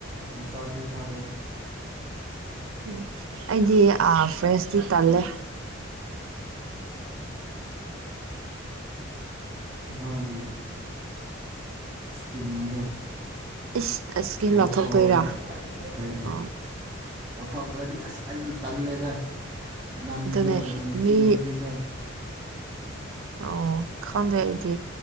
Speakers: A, on the right (about 25°); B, on the right (about 85°).
A: ꯃꯆꯥꯗꯤ ꯐꯥꯗꯦꯗ꯫
B: ꯎꯝ ꯑꯩꯗꯤꯑꯥ ꯐ꯭ꯔꯦꯁꯇꯤ ꯇꯜꯂꯦ꯫
A: <inaudible> ꯃꯥꯒꯤ ꯏꯁꯀꯤꯟꯗꯣ꯫
B: ꯏꯁ ꯏꯁꯀꯤꯟ
A: ꯂꯧꯊꯣꯛꯑꯒ
B: ꯂꯧꯊꯣꯛꯇꯣꯏꯔꯥ
A: ꯍꯥꯏꯅꯩ꯫
B: ꯑꯣ
A: ꯂꯧꯊꯣꯛꯇ꯭ꯔꯗꯤ ꯑꯁ ꯑꯩꯗꯤ ꯇꯜꯂꯦꯗ ꯅꯝꯗꯣ
B: ꯑꯗꯨꯅꯦ
A: ꯅꯝꯊꯤꯕꯒꯤꯀꯣ꯫
B: ꯃꯤ ꯑꯣ ꯈꯪꯗꯦ ꯑꯩꯗꯤ꯫